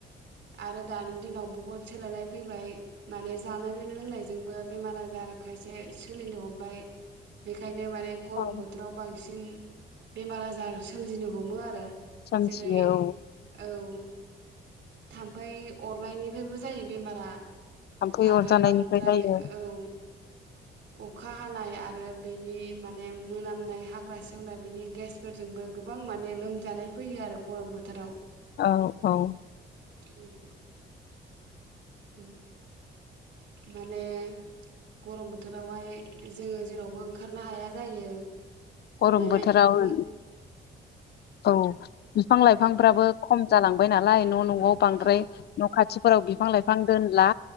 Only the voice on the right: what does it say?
आरो दानि दिनाव बुहुद सोलायनाय फैबाय माने जानाय लोंनायजोंबो बेमार आजार खायसे सोलिनो हमबाय बेखायनो बे माने गरम
बोथोराव बांसिन बेमार आजार सोमजिनो हमो आरो
जेरै
औ <inaudible> थामफै अरनायनिफ्रायबो जायो बेमारा।
आरो
बांद्राय
औ अखा हानाय आरो बेनि माने मोनामनाय हाग्रा सेवनाय बिनि गेसफोरजोंबो गोबां माने लोमजानाय फैयो आरो गरम बोथोराव।
उम उम माने गरम बोथोरावहाय जोङो जेरावबो ओंखारनो हाया जायो।
माने
उमहो
औ